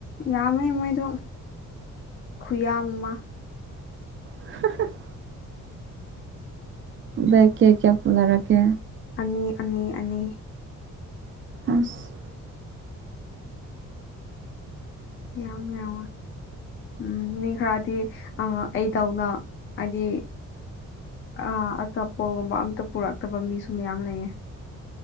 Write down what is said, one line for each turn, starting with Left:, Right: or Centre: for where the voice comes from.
Left: ꯌꯥꯝꯃꯦ ꯃꯣꯏꯗꯣ ꯈꯨꯌꯥꯝ ꯑꯃ
Right: ꯍ <unintelligible> ꯕꯦꯛ ꯀꯌꯥ ꯀꯌꯥ ꯄꯨꯅꯔꯛꯀꯦ
Left: ꯑꯅꯤ ꯑꯅꯤ ꯑꯅꯤ
Right: ꯑꯁ
Left: ꯌꯥꯝ ꯌꯥꯝ ꯎꯝ ꯃꯤ ꯈꯔꯗꯤ ꯑ ꯑꯩꯗꯧꯅ ꯍꯥꯏꯗꯤ ꯑ ꯑꯆꯥꯄꯣꯒꯨꯝꯕ ꯑꯝꯇ ꯄꯨꯔꯛꯇꯕ ꯃꯤꯁꯨ ꯃꯌꯥꯝ ꯂꯩꯌꯦ